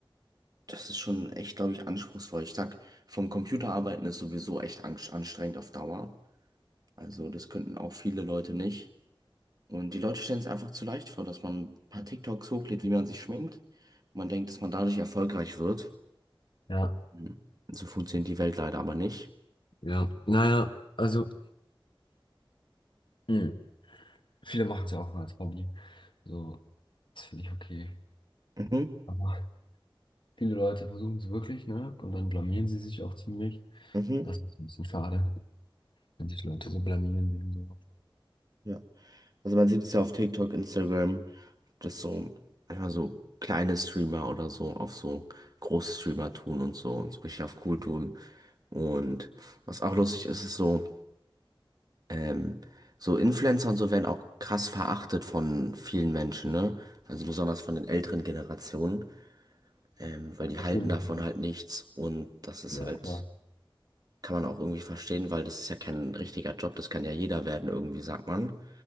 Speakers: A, on the right; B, on the left.
A: das ist schon echt, glaube ich, anspruchsvoll. Ich sag, vom Computer arbeiten ist sowieso echt an- anstrengend auf Dauer. Also das könnten auch viele Leute nicht. Und die Leute stellen es einfach zu leicht vor, dass man ein paar TikToks hochlädt, wie man sich schminkt. Man denkt, dass man dadurch erfolgreich wird.
B: ja,
A: Mhm. So funktioniert die Welt leider aber nicht.
B: ja. Naja, also hm, viele machen es ja auch nur als Hobby. So, das finde ich okay.
A: Mhm,
B: Aber viele Leute versuchen es wirklich, ne? Und dann blamieren sie sich auch ziemlich.
A: mhm,
B: Das ist ein bisschen schade, wenn sich Leute so blamieren wegen so.
A: ja. Also man sieht es ja auf TikTok, Instagram, dass so manchmal so kleine Streamer oder so auf so große Streamer tun und so und so richtig auf cool tun. Und was auch lustig ist, ist so, ähm, so Influencer und so werden auch krass verachtet von vielen Menschen, ne? Also besonders von den älteren Generationen, ähm, weil die
B: Natürlich.
A: halten davon halt nichts und das ist
B: Ja,
A: halt,
B: klar.
A: kann man auch irgendwie verstehen, weil das ist ja kein richtiger Job, das kann ja jeder werden irgendwie, sagt man.